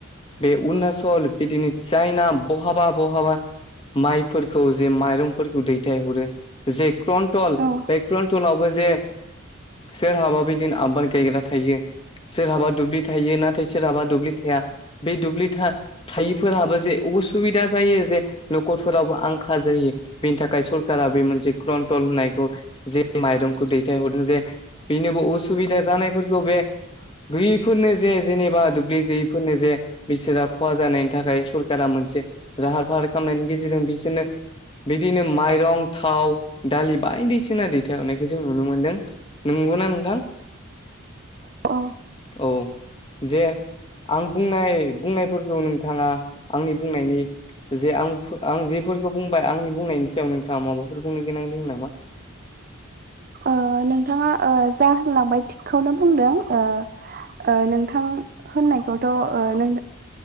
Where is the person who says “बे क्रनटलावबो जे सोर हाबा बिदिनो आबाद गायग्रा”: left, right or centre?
Left